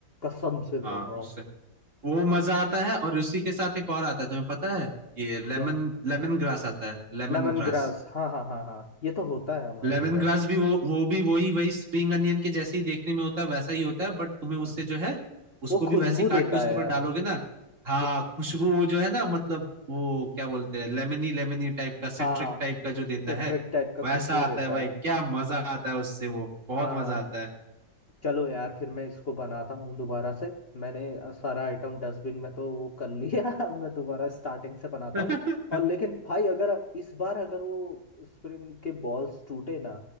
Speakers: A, on the left (about 40°); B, on the right (about 50°).
A: कसम से बोल
B: हाँ
A: रहा
B: उससे
A: हूँ
B: वो मजा आता है और उसी के साथ एक और आता है तुम्हें पता है ये लेमन
A: क्या
B: लेमन ग्रास आता है लेमन
A: लेमन
B: ग्रास
A: ग्रास हाँ हाँ हाँ हाँ ये तो होता है हमारे
B: लेमन
A: इधर
B: ग्रास भी वो वो भी वही वही स्प्रिंग अनियन के जैसे ही देखने में होता है वैसा ही होता है बट तुम्हें उससे
A: हाँ।
B: जो है उसको
A: वो
B: भी
A: खुशबू
B: वैसे ही काट
A: देता
B: के उसके
A: है यार
B: ऊपर डालोगे ना हाँ
A: वो
B: खुशबू वो जो है ना मतलब वो क्या बोलते हैं लेमनी लेमनी टाइप का सिट्रिक
A: हाँ हाँ।
B: टाइप का जो देता
A: सिट्रिक
B: है
A: टाइप का
B: वैसा
A: खुशबू
B: आता
A: देता
B: है भाई
A: है
B: क्या मजा आता है उससे वो बहुत
A: हाँ हाँ
B: मजा आता है
A: चलो यार फिर मैं इसको बनाता हूँ दोबारा से मैंने अ, सारा आइटम डस्टबिन में तो वो कर लिया <laughs> अब मैं दोबारा स्टार्टिंग से बनाता
B: <laughs>
A: हूँ और लेकिन भाई अगर इस बार अगर वो स्प्रिंग के बॉल्स टूटे ना